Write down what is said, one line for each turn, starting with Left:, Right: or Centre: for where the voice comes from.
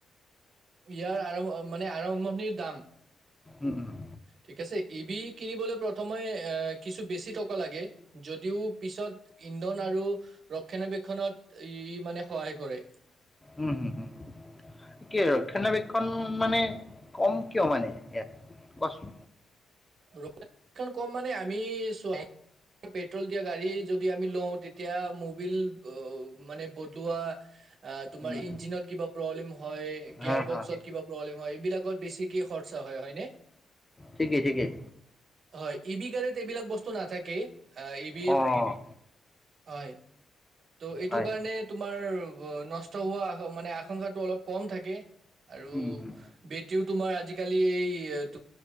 Right: ইয়াৰ আৰম্ভ মানে আৰম্ভণিৰ দাম
Left: উম উম
Right: ঠিক আছে ইভি কিনিবলৈ প্ৰথমে এ কিছু বেছি টকা লাগে। যদিও পিছত ইন্ধন আৰু ৰক্ষণাবেক্ষণত ই মানে সহায় কৰে।
Left: উম হুম উম কি ৰক্ষণাবেক্ষণ মানে কম কিয় মানে ইয়াত কোৱাচোন।
Right: ৰক্ষনাবেক্ষন কম মানে আমি চোৱা। পেট্ৰল দিয়া গাড়ী যদি আমি লঁও তেতিয়া মবিল মানে বদলোৱা। আ তোমাৰ,
Left: উম,
Right: ইঞ্জিনত কিবা প্ৰব্লেম হয়, গিয়াৰ
Left: হা, হা,
Right: বক্সত কিবা প্ৰব্লেম হয়, এইবিলাকত বেছিকে স্পৰ্টছৰ হয়, হয়নে?
Left: ঠিকেই-ঠিকেই।
Right: হয়, ই ভি গাড়ত এইবিলাক বস্তু নাথাকে, আহ ই ভি
Left: অ'
Right: ত হয়। ত' এইটো
Left: হয়।
Right: কাৰণে তোমাৰ নষ্ট হোৱা মানে আশংকা টো, অলপ কম থাকে। আৰু
Left: উম, উম,
Right: বেটেৰীও তোমাৰ আজিকালি এইটো,